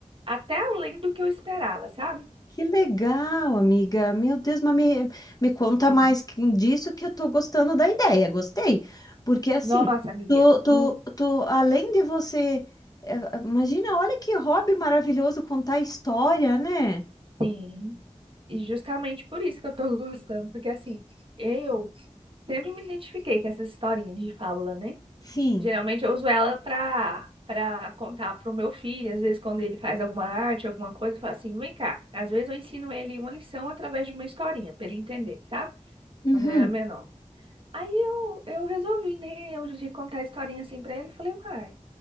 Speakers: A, on the right; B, on the left.
A: até além do que eu esperava, sabe?
B: que legal, amiga. Meu Deus, mas me, me conta
A: Sim.
B: mais que- disso que eu tô gostando da ideia. Gostei. Porque assim,
A: Nossa, amiga.
B: tu, tu,
A: Hum,
B: tu, além de você. eh, Imagina, olha que hobby maravilhoso contar história, né?
A: Sim. E justamente por isso que eu tô <laughs> gostando, porque assim, eu sempre me identifiquei com essas historinhas de fábula, né?
B: Sim.
A: Geralmente eu uso ela pra, pra contar pro meu filho, às vezes quando ele faz alguma arte, alguma coisa, eu falo assim, vem cá. Às vezes eu ensino ele uma lição através de uma historinha, pra ele entender, sabe?
B: Uhum.
A: Quando ele era menor. Aí eu, eu resolvi, né, eu de contar a historinha assim pra ele, eu falei, uai,